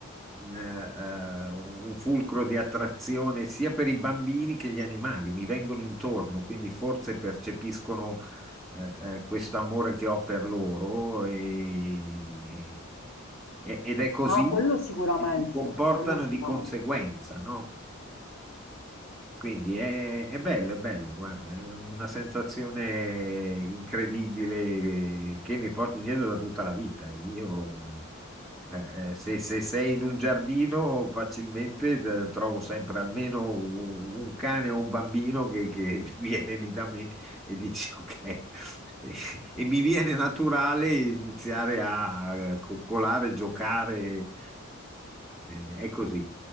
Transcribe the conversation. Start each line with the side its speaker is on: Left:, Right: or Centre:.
Centre: eh, eh, un fulcro di attrazione sia per i bambini che gli animali, mi vengono intorno, quindi forse percepiscono eh, eh, questo amore che ho per loro e- e- ed è così
Left: Ah, quello sicuramente,
Centre: che si comportano
Left: quello sicuramente.
Centre: di conseguenza, no? Quindi è, è bello, è bello, guarda, è una sensazione incredibile che mi porto dietro da tutta la vita. Io, eh, eh, se, se sei in un giardino, facilmente eh, trovo sempre almeno un, un cane o un bambino che, che <laughs> viene lì da me e dice ok. E, e mi viene naturale iniziare a eh, coccolare, giocare, eh, eh, è così.